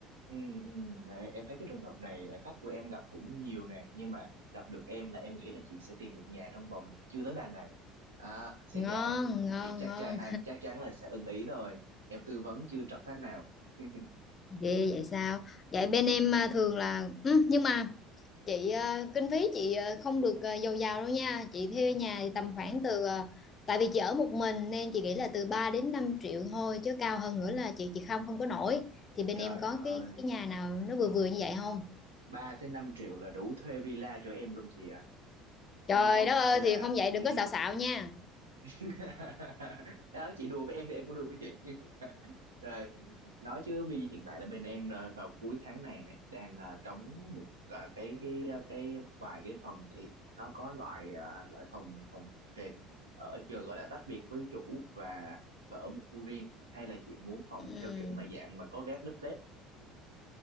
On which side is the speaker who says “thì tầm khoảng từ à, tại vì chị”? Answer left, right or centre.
Left